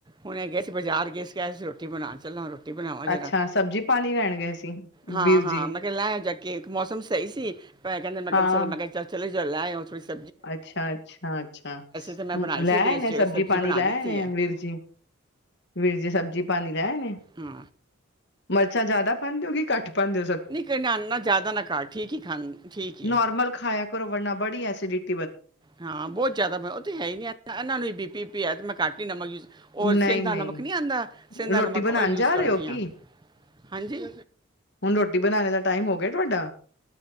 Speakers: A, on the right (about 20°); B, on the left (about 50°).
A: ਹੁਣ ਇਹਗੇ ਅਸੀਂ ਬਾਜ਼ਾਰ ਗਏ ਸੀ ਕਿਹਾ ਅ ਰੋਟੀ ਬਣਾ ਚੱਲਾਂ ਰੋਟੀ ਬਣਾਵਾਂ ਜਰਾ
B: ਅੱਛਾ ਸਬਜ਼ੀ ਪਾਣੀ ਲੈਣ ਗਏ ਸੀ
A: ਹਾਂ
B: ਵੀਰ
A: ਹਾਂ
B: ਜੀ
A: ਮੈਂ ਕਿਹਾ ਲੈਓ ਜਾ ਕੇਕ ਮੌਸਮ ਸਹੀ ਸੀ ਪਰ ਏ ਕਹਿੰਦੇ ਮੈਂ
B: ਹਾਂ
A: ਕਿਹਾ ਮੈਂ ਕਿਹਾ ਚਲ ਚਲੇ ਜਾਓੋ ਲੈ ਆਓ ਥੋੜੀ ਸ
B: ਅੱਛਾ, ਅੱਛਾ, ਅੱਛਾ,
A: ਤਾਂ ਮੈਂ
B: ਹ
A: ਬਣਾਈ
B: ਲੈ
A: ਛੱਡੀ
B: ਏ ਨੇੇ
A: ਸਵੇਰੇ
B: ਸਬਜ਼ੀ ਪਾਣੀ,
A: ਬਣਾ
B: ਲੈ
A: ਦਿੱਤੀ
B: ਏ ਨੇੇ ਵੀਰਜੀ ਵੀਰਜੀ ਸਬਜ਼ੀ ਪਾਣੀ ਰੈਏ ਨੇ।
A: ਹੂੰ।
B: ਮਰਚਾਂ ਜੈਦਾ ਪਾਂਦੇ ਓ ਕੀ ਘੱਟ ਪਾਂਦੇ ਓ?
A: ਨਈ ਕਈ ਨਾ-ਨਾ ਜ਼ਿਆਦਾ ਨਾ ਘਟ ਠੀਕ ਈ ਖਾਣ, ਠੀਕ ਈ ਏ।
B: ਨੋਰਮਲ ਖਾਇਆ ਕਰੋ ਵਰਨਾ ਬੜੀ ਐਸਿਡਿਟੀ
A: ਹਾਂ ਬਹੁਤ ਜ਼ਿਆਦਾ ਬ ਉਹ ਤੇ ਹੈ ਹੀ ਨੀ ਇਹਨਾਂ ਨੂੰ ਈ ਬੀ ਪੀ ਪੀ ਹੈ ਤੇ ਮੈਂ ਘਟ ਈ ਨਮਕ ਯੂਜ, ਓ
B: ਨਹੀਂ
A: ਸੇਂਦਾ
B: ਨਹੀਂ
A: ਨਮਕ ਨੀ ਆਂਦਾ ਸੇਂਦਾ
B: ਰੋਟੀ
A: ਨਮਕ
B: ਬਣਾਉਣ
A: ਓ ਯੂਜ
B: ਜਾ
A: ਕਰਦੀਆਂ।
B: ਰਹੇ ਹੋ ਕੀ
A: ਹਾਂਜੀ।
B: <inaudible> ਹੁਣ ਰੋਟੀ ਬਣਾਣੇ ਦਾ ਟਾਈਮ ਹੋ ਗਿਆ ਤੁਹਾਡਾ